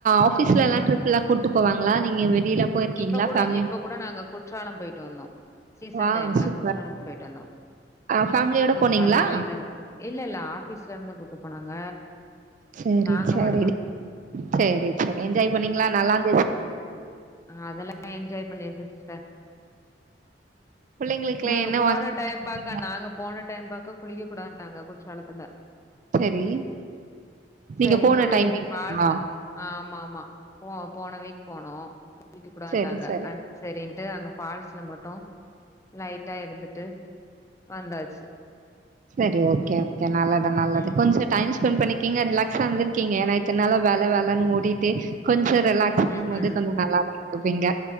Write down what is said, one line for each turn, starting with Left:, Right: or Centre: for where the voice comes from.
Right: ஆஃபீஸ்ல எல்லாம் ட்ரிப் எல்லாம் கூட்டு போவாங்களா நீங்க வெளியில போயிருக்கீங்களா
Left: இப்ப கூட
Right: ஃபேமிலி
Left: இப்ப கூட நாங்க குற்றாலம் போயிட்டு வந்தோம் சீசன்
Right: வாவ்
Left: டைம்ல
Right: சூப்பர்
Left: குற்றாலம் போயிட்டு வந்தோம்
Right: ஆ ஃபேமிலியோட
Left: குற்றாலம்
Right: போனீங்களா
Left: ஆயந்த இல்ல இல்ல ஆபிஸ்ல இருந்து கூட்டு போனாங்க
Right: சேரி
Left: நாங்க
Right: சேரி
Left: மட்டுந்தா
Right: சேரி சேரி என்ஜாய் பண்ணீங்களா நல்லாந்துச்ச
Left: அததெல்லாம் என்ஜாய் பண்ணியாச்சு சிஸ்டர்
Right: பிள்ளைங்களுக்குல்லா
Left: நாங்க
Right: என்ன
Left: போன
Right: வாங்கி
Left: டைம் பார்க்க நாங்க போன டைம் பார்க்க குளிக்க கூடட்டாங்க குற்றாலத்துல
Right: செரி நீங்க
Left: சரின்ட்டு
Right: போன டைமிங்கா
Left: ஃபால்ஸ் ஆமா ஆமா போ போன வீக் போனோம் குளிக்க கூடட்டாங்க
Right: செரி செரி
Left: அடுத்து சேரின்டு அங்க பால்ஸ்ல மட்டும் லைட்டா இருந்து ட்டு வந்தாச்சு
Right: சேரி ஓகே ஓகே நல்லது நல்லது
Left: ம்
Right: கொஞ்சம் டைம்ஸ் பண்ணிக்கங்க ரிலாக்ஸா வந்திருக்கீங்க ஏன்னா எத்தனால வேலை வேலைனு ஓட்டு கொஞ்சம் ரிலாக்ஸ் பண்ணும்
Left: ம்
Right: போது
Left: ம்
Right: கொஞ்சம் நல்லாதான் இருப்பீங்க